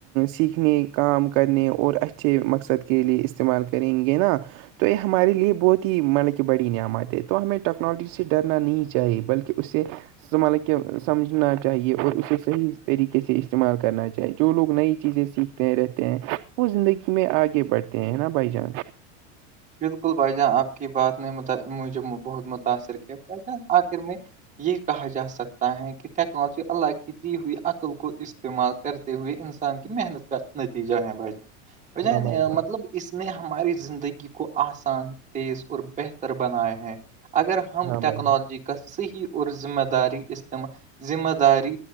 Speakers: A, on the right; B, on the right.
A: سیکھنے کام کرنے اور اچھے مقصد کے لیے استعمال کریں گے نا تو یہ ہمارے لیے بہت ہی مطلب کہ بڑی نعم آتے تو ہمیں ٹیکنالوجی سے ڈرنا نہیں چاہیے بلکہ اس سے مطلب کہ سمجھنا چاہیے اور اسے صحیح طریقے سے استعمال کرنا چاہیے جو لوگ نئی چیزیں سیکھ رہتے ہیں وہ زندگی میں آگے بڑھتے ہیں نا بھائی جان
B: بالکل بھائی جان آپ کی بات نے موجب بہت متاثر کیا بھ جان آخر میں یہ کہا جا سکتا ہے کہ ٹیکنالوجی اللہ کی دی ہوئی عقل کو اس استعمال کرتے ہوئے انسان کی محنت کا نتیجہ ہے بجن
A: ہاں بھائی
B: ب
A: جان
B: مطلب اس نے ہماری زندگی کو آسان تیز اور بہتر بنائے ہیں اگر ہم
A: ہاں
B: ٹیکنالوجی
A: بھائی جان
B: کا صحیح اورور ذمہ داری استعمال ذمہ داری